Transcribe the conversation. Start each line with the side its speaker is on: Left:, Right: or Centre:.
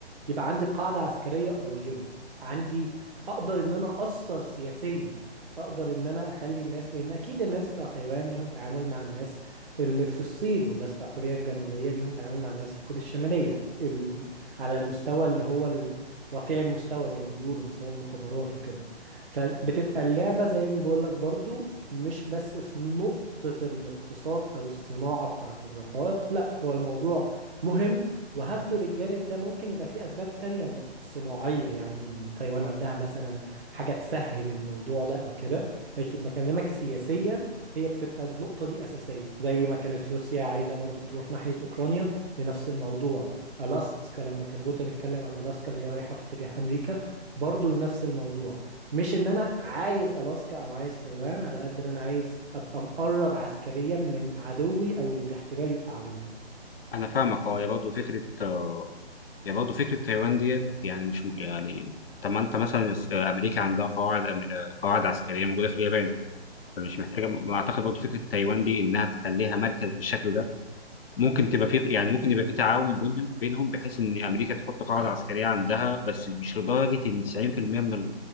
Right: يبقى عندي قاعدة عسكرية قريبة عندي اقدر ان انا اثر سياسيا اقدر ان انا اخلي الناس لان اكيد الناس بتوع تايوان ليهم تعامل مع الناس اللي في الصين والناس بتوع كوريا الجنوبية ليهم تعامل مع الناس في كوريا الشمالية ال... على المستوى اللي هو ال- رفيع المستوى زي ما بيقولوا مستوى المخابرات وكده فبتبقى اللعبة زي ما بقول لك برضو مش بس في نقطة الاقتصاد او الصناعة بتاعت الرقائق لا هو الموضوع مهم وهاخده للجانب ده ممكن يبقى فيه أسباب تانية م- صناعية يعني إن تايوان عندها مثلا حاجة تسهل الموضوع ده أو كده لكن بكلمك سياسيا هي بتبقى النقطة دي أساسية زي ما كانت روسيا عايزة برضو تروح ناحية أوكرانيا لنفس الموضوع ألاسكا لما كان بوتين اتكلم عن ألاسكا اللي هي رايحة في اتجاه أمريكا برضو لنفس الموضوع مش إن أنا عايز ألاسكا أو عايز تايوان على قد ما أنا عايز أبقى مقرب عسكريا من عدوي أو الاحتمال يبقى عدوي
Left: انا فاهمك اه يا برضه فكره آه، يا برضه فكره تايوان ديت يعني مش م- يعني طب ما انت مثلا الس- آه، امريكا عندها قواعد أم- آه، قواعد عسكريه موجوده في اليابان فمش محتاجه ما اعتقد برضه فكره تايوان دي انها تخليها مركز بالشكل ده ممكن تبقى في يعني ممكن يبقى في تعاون بينهم بينهم بحيث ان امريكا تحط قاعده عسكريه عندها بس مش لدرجه ان 90% من